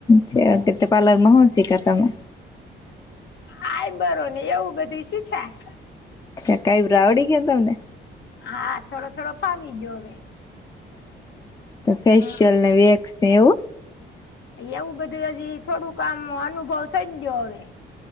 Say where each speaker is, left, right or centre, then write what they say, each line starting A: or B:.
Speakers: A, on the left; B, on the left.
A: કે બ્યૂટી પાલર માં હું શીખે તમે.
B: હાઈ બરો ને એવું બધું શીખાયે.
A: અ કઈ રાવડી ગયા તમને.
B: હા થોડો થોડો ફાવી ગયો હવે.
A: ફેેશિયલ
B: હમ
A: ને એક સ્નેવ
B: એવું બધું હજી થોડુંક આમ અનુભવ થઈ ગયો હવે.